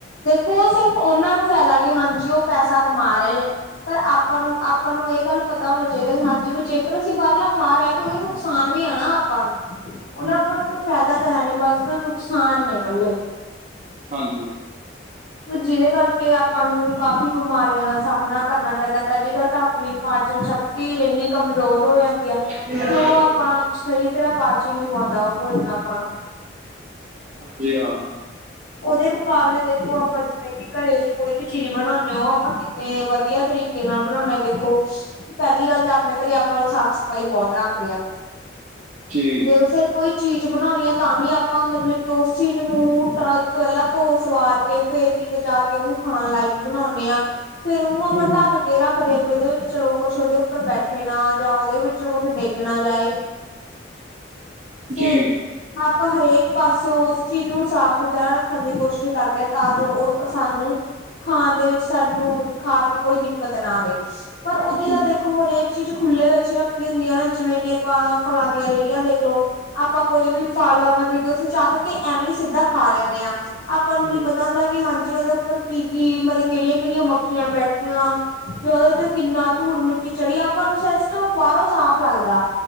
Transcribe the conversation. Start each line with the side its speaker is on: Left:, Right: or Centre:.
Left: ਦੇਖੋ ਉਹ ਸਿਰਫ ਉਹਨਾਂ ਨੂੰ ਫਾਇਦਾ ਕਿ, ਹਾਂਜੀ ਉਹ ਪੈਸਾ ਕਮਾ ਰਹੇ ਨੇ, ਪਰ ਆਪਾਂ ਨੂੰ ਆਪਾਂ ਨੂੰ ਇਹ ਗੱਲ ਪਤਾ ਹੋਣਾ ਚਾਹੀਦਾ ਹਾਂਜੀ ਵੀ, ਜੇਕਰ ਅਸੀਂ ਬਾਹਰਲਾ ਖਾ ਰਹੇ ਹਾਂ ਤੇ ਉਹਦੇ ਨੁਕਸਾਨ ਵੀ ਆ ਣਾ ਆਪ ਆਪਾਂ ਨੂੰ, ਉਹਦਾ
Right: ਹੂੰ
Left: ਆਪਾਂ
Right: ਹੂੰ
Left: ਨੂੰ ਕੋਈ ਫਾਇਦਾ ਤਾਂ ਹੈ ਨੀ, ਬਸ ਨੁਕਸਾਨ ਨੇ ਇਕੱਲੇ।
Right: ਹਾਂਜੀ।
Left: ਜਿਹਦੇ ਕਰਕੇ ਆਪਾਂ ਨੂੰ ਕਾਫ਼ੀ ਬਿਮਾਰੀਆਂ ਦਾ ਸਾਹਮਣਾ, ਕਰਨਾ ਪੈਂਦਾ ਪਹਿਲੀ ਗੱਲ ਤਾਂ ਆਪਣੀ ਪਾਚਨ ਸ਼ਕਤੀ ਇੰਨੀ ਕਮਜ਼ੋਰ ਹੋ ਜਾਂਦੀ ਹੈ।
Right: <unintelligible>
Left: ਕਿ ਉਹ ਆਪਾਂ ਸਹੀ ਤਰਾਂ ਪਾਚ ਹੀ ਨਹੀਂ ਪਾਉਂਦਾ। ਉਹ ਭੋਜਨ ਆਪਾਂ ਨੂੰ।
Right: ਹਾਂਜੀ, ਹਾਂ।
Left: ਉਹਦੇ ਮੁਕਾਬਲੇ ਦੇਖੋ ਆਪਾਂ, ਜਿਵੇਂ ਕਿ ਘਰੇ ਕੋਈ ਵੀ ਚੀਜ਼ ਬਣਾਉਂਦੇ ਹੋ। ਆਪਾਂ ਕਿੰਨੇ ਵ ਵਧੀਆ ਤਰੀਕੇ ਨਾਲ, ਬਣਾਉਣੇ ਆ ਦੇਖੋ। ਪਹਿਲੀ ਗੱਲ ਤਾਂ ਆਪਣੇ ਘਰੇ, ਆਪਾਂ ਸਾਫ਼- ਸਫ਼ਾਈ ਬਹੁਤ ਰੱਖਦੇ ਹਾਂ।
Right: ਜੀ
Left: ਦੇ ਫੇਰ ਕੋਈ ਚੀਜ਼ ਬਣਾਉਣੀ ਹੈ ਤਾਂ, ਵੀ ਆਪਾਂ ਮਤਲਬ ਕਿ ਉਸ ਚੀਜ਼ ਨੂੰ ਤੋਂ ਪਹਿਲਾਂ ਧੋ- ਸਵਾਰ ਕੇ ਫੇਰ ਕਿਤੇ ਜਾ ਕੇ ਉਹਨੂੰ ਖਾਣ ਲਾਇਕ ਬਣਾਉਂਦੇ ਆ। ਫੇਰ ਉਹਨੂੰ ਆਪਾਂ,
Right: ਹੂੰ ਹੂੰ
Left: ਢੱਕ ਕੇ ਰੱਖਦੇ ਵੀ ਉਹਦੇ ਵਿੱਚ। ਚਲੋ ਕੁਛ ਉਹਦੇ ਉੱਪਰ ਬੈਠੇ ਨਾ, ਜਾਂ ਉਹਦੇ ਵਿੱਚ ਕੁਛ ਡਿੱਗ ਨਾ ਜਾਏ।
Right: ਜੀ
Left: ਤੇ ਆਪਾਂ ਹਰੇਕ ਪਾਸੇ ਉਸ ਚੀਜ਼ ਨੂੰ, ਸਾਫ਼ ਸੁਥਰਾ ਰੱਖ ਰੱਖਣ ਦੀ ਕੋਸ਼ਿਸ਼ ਕਰਦੇ ਹਾ, ਤਾਂ ਜੋ ਉਹ ਸਾਨੂੰ। ਖਾਣ ਦੇ ਵਿੱਚ ਸਾਨੂੰ, ਖਾ ਕੇ ਕੋਈ ਦਿੱਕਤ ਨਾ ਆਵੇ। ਪਰ ਉੱਥੇ
Right: ਜੀ
Left: ਦਾ ਦੇਖੋ ਹਰੇਕ ਚੀਜ਼ ਖੁੱਲੇ ਵਿੱਚ ਹੀ ਰੱਖੀ ਹੁੰਦੀਆਂ। ਨਾ ਜਿਵੇਂ ਕਿ ਆਪਾਂ ਫਲਾਂਨੀਆਂ ਰੇਹੜੀਆਂ ਦੇਖਲੋ। ਆਪਾਂ ਕੋਈ ਵੀ ਫਲ, ਮਤਲਬ ਕਿ ਉੱਥੋਂ ਚੱਕ ਕੇ ਐਵੇਂ ਸਿੱਧਾ ਖਾ ਲੈਂਦੇ ਹਾਂ। ਆਪਾਂ ਨੂੰ
Right: ਹੂੰ
Left: ਨੀ ਪਤਾ ਹੁੰਦਾ ਕਿ ਹਾਂਜੀ, ਉਹਦੇ ਉੱਪਰ ਕੀ- ਕੀ ਮਤਲਬ ਕਿਹੜੀਆਂ- ਕਿਹੜੀਆਂ ਮੱਖੀਆਂ ਬੈਠੀਆਂ। ਜਦੋਂ ਤੇ ਕਿੰਨਾ ਧੂੜ ਮਿੱਟੀ ਚੜ੍ਹੀ ਆਪਾਂ ਨੂੰ ਡਸਟ ਬਾਹਰੋਂ ਸਾਫ ਲੱਗਦਾ।